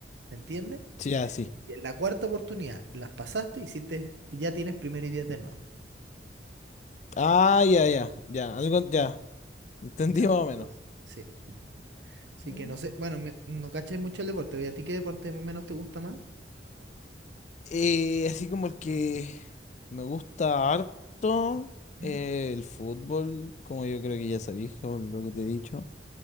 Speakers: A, on the right; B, on the left.
A: ¿me entiendes?
B: Sí, ya, sí.
A: Y en la cuarta oportunidad las pasaste, hiciste, y ya tienes primero y diez de nuevo.
B: Ah, ya, ya, ya. Algo, ya. Entendí
A: ¿Cachai?
B: más o
A: Entonces,
B: menos.
A: sí. Así
B: Mm.
A: que no sé, bueno, me- no cachai mucho el deporte, pero ¿y a ti qué deporte más o menos te gusta más?
B: Eh, así como el que me gusta harto,
A: ¿Mm?
B: eh, el fútbol, como yo creo que ya sabéis, o lo que te he dicho.